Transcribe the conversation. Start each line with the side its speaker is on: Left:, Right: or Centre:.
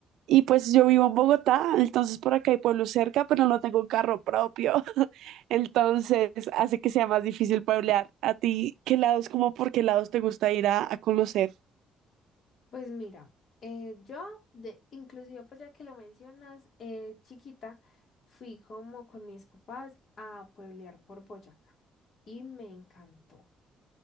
Right: Y pues yo vivo en Bogotá, entonces por acá hay pueblos cerca, pero no tengo un carro propio. <laughs> Entonces, hace que sea más difícil pueblear. ¿A ti qué lados, como por qué lados te gusta ir a, a conocer?
Left: Pues mira, eh, yo, de, inclusive pues ya que lo mencionas, eh, chiquita, fui como con mis papás a pueblear por Boyacá y me encantó.